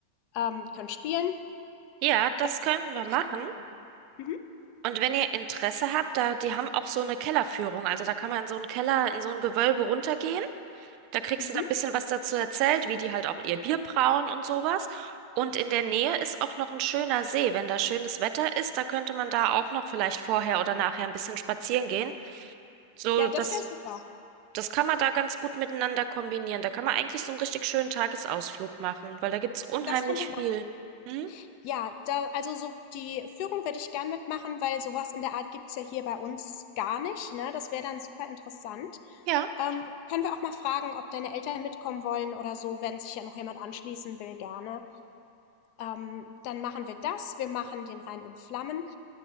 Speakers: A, on the left; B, on the right.
A: ähm, können spielen.
B: Ja, das
A: Das
B: könnten
A: würde
B: wir machen.
A: ich auch noch machen. Mhm,
B: Und wenn ihr Interesse habt, da, die haben auch so eine Kellerführung. Also da kann man in so einen Keller, in so ein Gewölbe runtergehen. Da kriegst
A: mhm.
B: du dann ein bisschen was dazu erzählt, wie die halt auch ihr Bier brauen und sowas. Und in der Nähe ist auch noch ein schöner See. Wenn da schönes Wetter ist, da könnte man da auch noch vielleicht vorher oder nachher ein bisschen spazieren gehen. So,
A: Ja,
B: das,
A: das wäre super.
B: das kann man da ganz gut miteinander kombinieren. Da kann man eigentlich so einen richtig schönen Tagesausflug machen, weil da gibt es unheimlich
A: Das können wir
B: viel.
A: machen.
B: Hm?
A: Ja, da, also so die Führung würde ich gern mitmachen, weil sowas in der Art gibt's ja hier bei uns gar nicht, ne? Das wäre dann super interessant.
B: Ja.
A: Ähm, können wir auch mal fragen, ob deine Eltern mitkommen wollen oder so, wenn sich ja noch jemand anschließen will, gerne. Ähm, dann machen wir das. Wir machen den Rhein in Flammen.